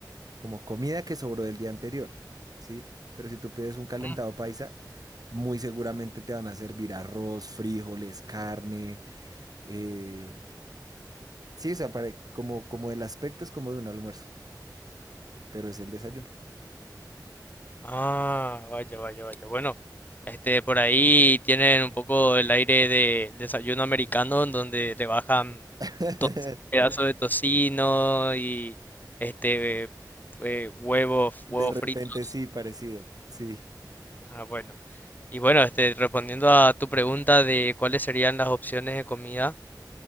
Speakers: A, on the right (about 55°); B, on the left (about 25°).
A: como comida que sobró del día anterior, ¿sí? Pero si tú pides un calentado
B: Mm.
A: paisa, muy seguramente te van a servir arroz, frijoles, carne. eh, sí, o sea, para- como, como el aspecto es como de un almuerzo, pero es el desayuno.
B: Ah, vaya, vaya, vaya. Bueno, este, por ahí tienen un poco el aire del desayuno americano, en donde le bajan.
A: <laughs>
B: pedazo de tocino y este eh, huevos,
A: De
B: huevos
A: repente
B: fritos.
A: sí, parecido, sí.
B: Ah, bueno. Y bueno, este, respondiendo a tu pregunta de cuáles serían las opciones de comida,